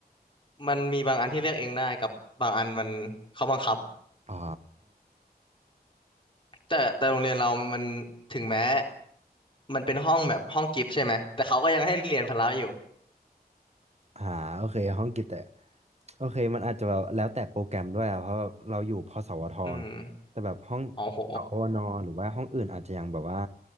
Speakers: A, on the left (about 30°); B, on the right (about 40°).
A: มันมีบางอันที่เลือกเองได้กับบางอันมันเขาบังคับ
B: อ๋อ
A: แต่แต่โรงเรียนเรามันถึงแม้มันเป็นห้องแบบห้องกิฟต์ใช่ไหมแต่เขาก็ยังให้เรียนพละอยู่
B: อ่าโอเคห้องกิจแต่โอเคมันอาจจะแบบแล้วแต่โปรแกรมด้วยอะเพราะแบบเราอยู่พสวทไง
A: อืม
B: แต่แบบห้อง
A: โอ้โห
B: สวนหรือว่าห้องอื่นอาจจะยังแบบว่า